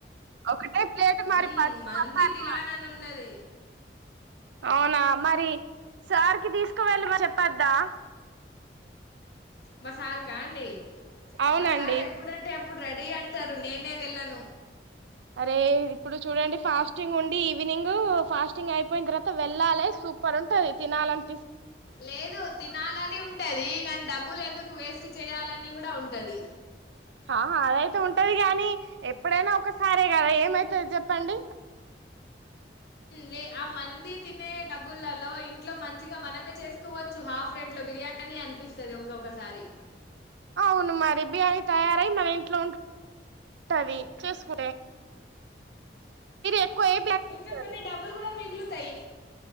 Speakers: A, on the right; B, on the left.
A: ఒకటే ప్లేట్
B: హ్మ్.
A: మరి ఫస్ట్
B: మంది
A: వా తర్వ
B: తిలాననున్నది.
A: అవునా మరి సార్కి తీసుకు వెెళ్ళి మరి చెప్పద్దా.
B: మా సార్ కా అండి
A: అవునండి
B: మా సార్ ఎప్పుడంటే అప్పుడు రెడీ అంటారు నేనే వెళ్ళను.
A: అరే ఇప్పుడు చూడండి ఫాస్టింగ్ ఉండి ఈవినింగ్ ఫాస్టింగ్ అయిపోయిన తర్వాత వెళ్ళాలే. సూపర్ ఉంటుంది తినాలని
B: లేదు తినాలని ఉంటదికని డబ్బులు ఎందుకు వేస్ట్ చేయాలని కూడా ఉంటది.
A: ఆహా అదైతే ఉంటది కాగానీ ఎప్పుడైనా ఒకసారే కదా ఏమైతుంది చెప్పండి.
B: లే ఆ మంది తినే డబ్బులలో ఇంట్లో మంచిగా మనమే చేసుకోవచ్చు హాఫ్ రేట్ లో బి బిర్యానీ అనిపిస్తది ఒక్కొక్కసారి.
A: అవును మరి బిరీయానీ తయారై మన ఇంట్లో ఉంటంది చేసుకు ఎక్కువ ఏ బిర్యానీ
B: ఇంకా
A: చేస్తారు
B: కొన్ని డబ్బులు కూడా మిగులుతాయి.